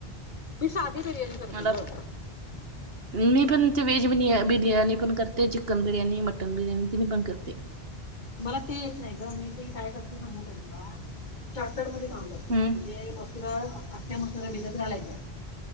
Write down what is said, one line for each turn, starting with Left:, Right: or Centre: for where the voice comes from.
Left: मी साधी बिर्याणी करते
Right: मला
Left: ग.
Right: मी पण ते वेज ब बिर्याणी पण करते चिकन बिर्याणी मटन बिर्याणी तिने पण करते.
Left: मला ते येत नाही ग मी ते काय करते सांगू काय तुला. शारटट मध्ये काम करते
Right: हम्म
Left: म्हणजे मसुर अख्ख्या मसुर भिजत घालायच्या.